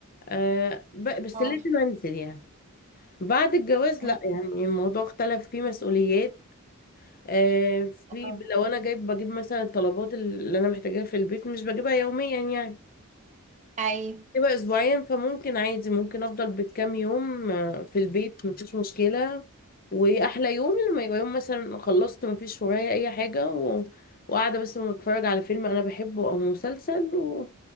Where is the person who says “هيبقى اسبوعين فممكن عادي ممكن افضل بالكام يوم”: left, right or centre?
Left